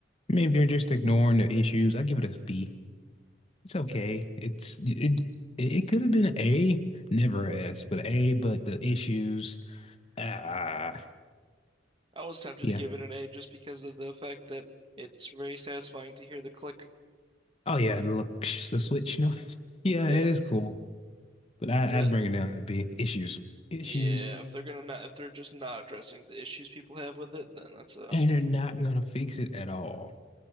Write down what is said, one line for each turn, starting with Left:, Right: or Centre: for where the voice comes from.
Left: I mean if you're just ignoring the issues, I give it a B. It's okay. It's it it, it could have been an A, never an S, but an A, but the issues, ah
Right: I was tempted
Left: yeah.
Right: to give it an A just because of the fact that it's very satisfying to hear the click.
Left: Oh yeah, and look the Switch, no. <laughs> Yeah,
Right: Yeah,
Left: it is cool. But I,
Right: but
Left: I'd bring it down to B. Issues. Issues.
Right: yeah, if they're gonna not, if they're just not addressing the issues people have with it, then that's a
Left: And they're not gonna fix it at all.